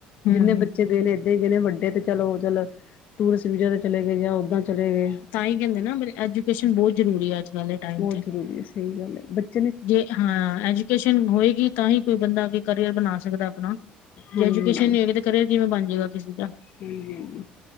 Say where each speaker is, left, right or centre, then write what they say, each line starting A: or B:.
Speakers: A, on the left; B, on the left.
A: ਹਮ।
B: ਜਿੰਨੇ ਬੱਚੇ ਗਏ ਨੇ ਜਿਹਨੇ ਵੱਡੇ ਤੇ ਚਲੋ ਚਲ ਟੂਰਿਸਟ ਵੀਜ਼ਾ ਤੇ ਚਲੇ ਗਏ ਜਾਂ ਉੱਦਾਂ ਚਲੇ ਗਏ।
A: ਤਾਂ ਹੀ ਕਹਿੰਦੇ ਨਾ ਮ ਐਜੂਕੇਸ਼ਨ ਬਹੁਤ ਜ਼ਰੂਰੀ ਆ ਅੱਜ। ਕੱਲ੍ਹ ਦੇ ਟਾਈਮ
B: ਬਹੁਤ
A: ਤੇ।
B: ਜ਼ਰੂਰੀ ਹੈ ਸਹੀ ਗੱਲ ਹੈ ਬੱਚ
A: ਜੇ ਹਾਂ ਐਜੂਕੇਸ਼ਨ ਹੋਏਗੀ ਤਾਂ ਹੀ ਕੋਈ ਬੰਦਾ ਕਰੀਅਰ ਬਣਾ ਸਕਦਾ ਆਪਣਾ ਜੇ
B: ਹਾਂਜੀ-ਹਾਂਜੀ,
A: ਐਜੂਕੇਸ਼ਨ, ਨਹੀਂ ਹੋਏਗੀ ਤਾਂ। ਕਰੀਅਰ ਕਿਵੇਂ ਬਣ ਜਾਏਗਾ, ਕਿਸੇ ਦਾ।
B: ਹਾਂਜੀ-ਹਾਂਜੀ।